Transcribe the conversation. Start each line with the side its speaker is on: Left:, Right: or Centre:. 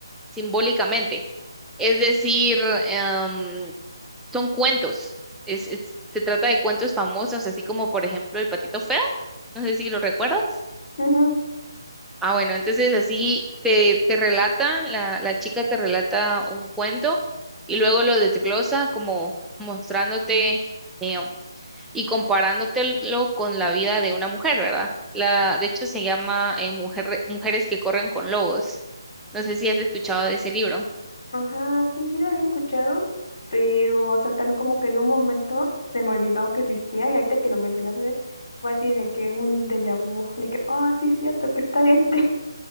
Centre: simbólicamente. Es decir, em, son cuentos. Es, es- se trata de cuentos famosos, así como por ejemplo El Patito Feo. No sé si lo recuerdas.
Left: Ujú,
Centre: Ah, bueno, entonces así te, te relata, la, la chica te relata un cuento y luego lo desglosa como mostrándote eh, y comparándotelo con la vida de una mujer, ¿verdad? La, de hecho se llama eh, Mujer- Mujeres que corren con lobos. No sé si has escuchado de ese libro.
Left: Ajá, sí, sí lo había escuchado, pero, o sea, también como que de un momento se me olvidó que existía y ahorita que lo mencionaste fue así de que un déjà vu, de que, ah, sí, es cierto que está este.